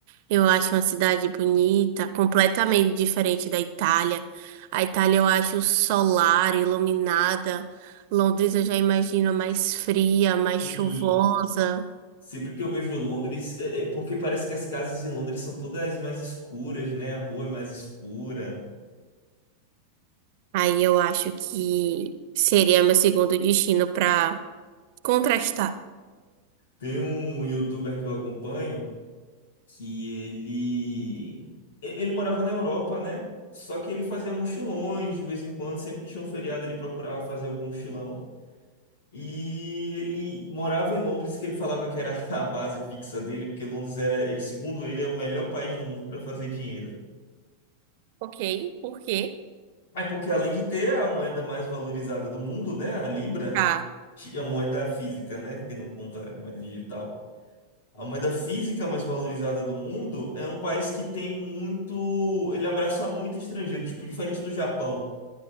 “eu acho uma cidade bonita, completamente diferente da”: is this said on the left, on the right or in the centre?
Right